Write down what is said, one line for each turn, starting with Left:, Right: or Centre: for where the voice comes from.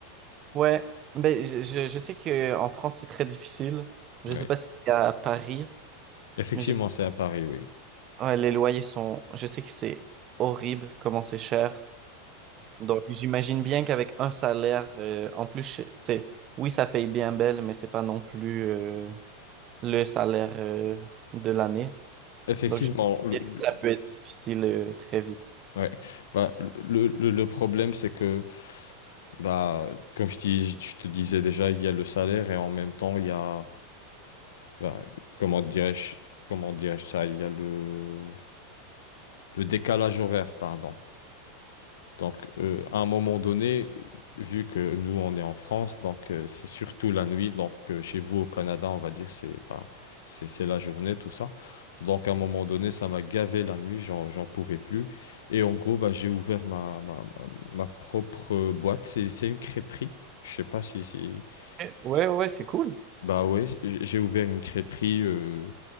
Right: Ouais, ben, je, je, je sais qu'en France, c'est très difficile. Je
Left: Ouais.
Right: sais pas si c'est à Paris,
Left: Effectivement,
Right: mais je sais,
Left: c'est à Paris, oui.
Right: ouais, les loyers sont... Je sais que c'est horrible comment c'est cher. Donc, j'imagine bien qu'avec un salaire, euh, en plus, je- tu sais, oui, ça paye bien belle, mais c'est pas non plus euh, le salaire euh, de l'année.
Left: Effectivement,
Right: Donc, j'imagine
Left: le, le-
Right: que ça peut être difficile euh, très vite.
Left: ouais. Bah, le, le- le problème, c'est que, bah, comme je, dis- je te disais déjà, il y a le salaire et en même temps, il y a, bah, comment dirais-je, comment dirais-je ça, il y a le... le décalage horaire, pardon. Donc, euh, à un moment donné, vu que nous, on est en France, donc euh, c'est surtout la nuit. Donc, euh, chez vous au Canada, on va dire, c'est pas, c'est, c'est la journée, tout ça. Donc, à un moment donné, ça m'a gavé la nuit, j'en, j'en pouvais plus. Et en gros, bah, j'ai ouvert ma, ma, ma- ma propre boîte. C'est, c'est une crêperie. Je sais pas si, si...
Right: Eh, Ouais,
Left: si-
Right: ouais, c'est cool.
Left: Bah ouais, j'ai j'ai ouvert une crêperie. euh,